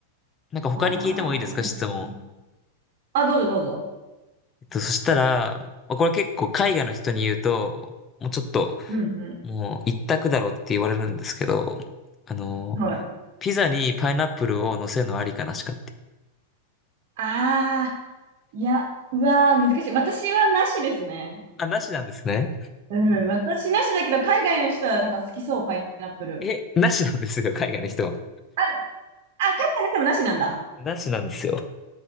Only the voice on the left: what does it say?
なんか他に聞いてもいいですか、
質問。
えっと、そしたら、まあこれ結構海外の人に言うと、もうちょっと、
もう一択だろうって言われるんですけど、あの
ピザにパイナップルを乗せるのはありかなしかって。
あ、なしなんですね。
え、なしなんですよ、海外の人は。
なしなんですよ。